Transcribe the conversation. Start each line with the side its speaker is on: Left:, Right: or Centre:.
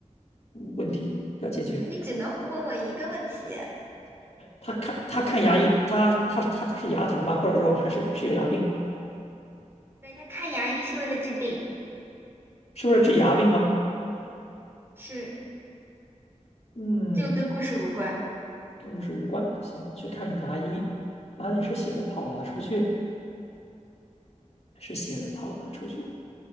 Left: 问题要解决？
Right: 你只能问我一个问题，
Left: 他看他看牙医，他他他他是牙疼吗？或者说还是是有牙病？
Right: 对，他看牙医是为了治病，
Left: 是不是治牙病吗？
Right: 是，
Left: 嗯，
Right: 这个跟故事无关，
Left: 跟我是无关。行，去看牙医，哪里是写的跑了出去，是写的跑了出去，